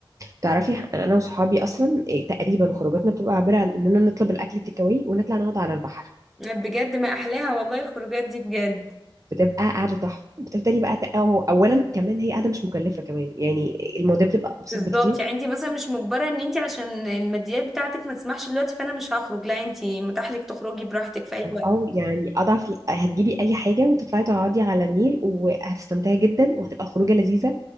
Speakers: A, on the right; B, in the centre.
A: تعرفي انا وصحابي اصلا إيه، تقريبا خروجاتنا بتبقى عباره عن اننا نطلب الاكل تيك اواي ونطلع نقعد على البحر
B: بجد ما احلاها والله الخروجات دي بجد
A: بتبقى قاعده تحفه بتفضلي بقى ت- أو اولا كمان هي قاعده مش مكلفه كمان يعني المواضيع بتبقى ابسط
B: بالظبط
A: بكتير
B: يعني انت مثلا مش مجبره ان انت عشان الماديات بتاعتك ما تسمحش دلوقتي فانا مش هخرج لا انت متاح لك تخرجي براحتك في اي وقت
A: او يعني اضعف هتجيبي اي حاجه وتطلعي تقعدي على النيل وهتستمتعي جدا وهتبقى خروجه لذيذه